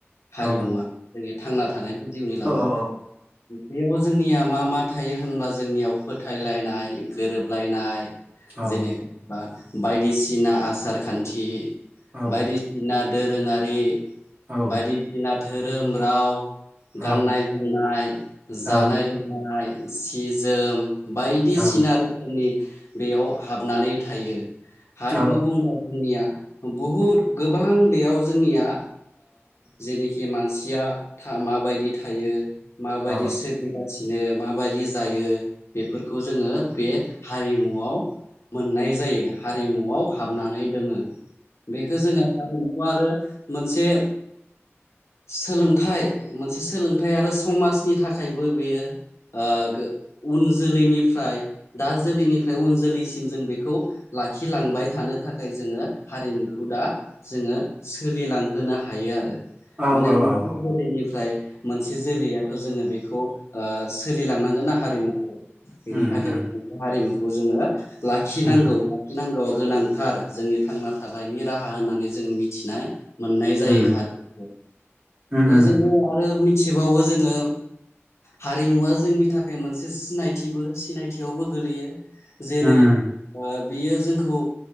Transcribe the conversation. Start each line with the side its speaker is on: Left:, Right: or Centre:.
Left: हारिमुवा
Right: औ
Left: जोंनि थांना थानाय जिउनि लामा
Right: औ
Left: जोंनिया मा मा थायो होनब्ला जोंनियाव फोथायलायनाय गोरोबलायनाय
Right: औ
Left: जेनेखबा बायदिसिना आसार खान्थि
Right: औ
Left: बायदिसिना दोरोङारि
Right: औ
Left: बायदिसिना धोरोम राव
Right: औ
Left: गाननाय जोमनाय
Right: औ
Left: जानाय लोंनाय सि जोम बायदिसिना
Right: औ
Left: रोखोमनि बेयाव हाबनानै थायो । हारिमु
Right: औ
Left: बुंबा जोंनिया बहुद गोबां बेयाव जोंनिया जेनिखि मानसिया था मा यदि थायो माबायदि
Right: औ
Left: सगासि बिनो माबायदि जायो बेफोरखौ जोङो बे हारिमुआव मोननाय जायो हारिमुआव हाबनानै दोङो। बेखौ जोङो हारिमु आरो मोनसे सोलोंथाइ मोनसे सोलोंथाइ आरो समाजनि थाखायबो बेयो ओ गो उन जोलैनिफ्राय दा जोलैनिफ्राय उन जोलैसिम जों बेखौ लाखिलांबाय थानो थाखाय जोङो हारिमुखौ दा जोङो सोलिलांहोनो हायो आरो
Right: औ
Left: माने
Right: औ
Left: मोनसे
Right: औ
Left: जोलैनिफ्राय मोनसे जोलैयाथ जोङो बेखौ ओ सोलिलांनांगोन ना हारिमुखौ बेनि
Right: उम
Left: थाखाय
Right: उम
Left: जों बे हारिमुखौ जोङो लाखिनांगौ
Right: उम
Left: लाखिनांगौआ गोनांथार जोंनि थांना थानायनि राहा होननानै जों मिथिनाय मोननाय जायो
Right: उम
Left: हारिखौ
Right: उम
Left: आरो
Right: उम
Left: जोङो आरो मिथिबावो जोङो हारिमुवा जोंनि थाखाय मोनसे सिनायथिबो सिनायथियावबो गोलैयो जेरै
Right: उम
Left: ओ बियो जोंखौ